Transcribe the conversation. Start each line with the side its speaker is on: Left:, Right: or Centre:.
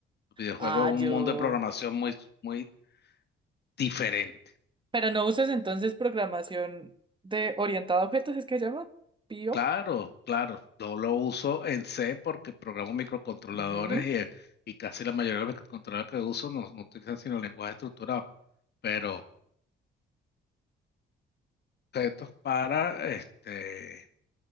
Left: Los videojuegos
Right: Ah,
Left: es un
Right: yo.
Left: mundo de programación muy, muy diferente.
Right: Pero no usas entonces programación de orientada a objetos, es que se llama PIO.
Left: Claro, claro, yo lo uso en C porque programo microcontroladores
Right: Ujú.
Left: y, eh, y casi la mayoría de los microcontroladores que uso no, no utilizan sino lenguaje estructurado, pero esto es para este,